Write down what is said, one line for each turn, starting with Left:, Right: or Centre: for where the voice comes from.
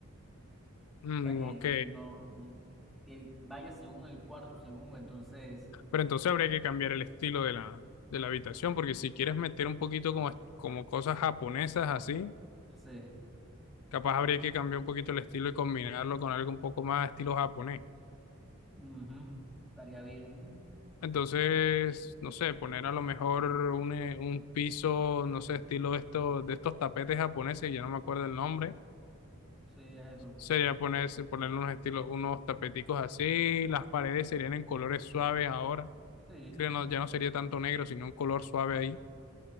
Left: Mm,
Centre: O sea, que
Left: ok.
Centre: no, que vaya según el cuarto, según entonces.
Left: Pero entonces habría que cambiar el estilo de la, de la habitación, porque si quieres meter un poquito como, como cosas japonesas así,
Centre: Sí,
Left: capaz habría que cambiar un poquito el estilo y combinarlo con algo un poco más estilo japonés.
Centre: ujú, Estaría bien.
Left: Entonces, no sé, poner a lo mejor un, eh, un piso, no sé, estilo de estos, de estos tapetes japoneses, ya no me acuerdo el nombre,
Centre: Sí, es eso.
Left: sería ponerse, ponerle unos estilos, unos tapeticos así, las paredes serían en colores suaves ahora,
Centre: Sí.
Left: creo no, ya no sería tanto negro, sino un color suave ahí.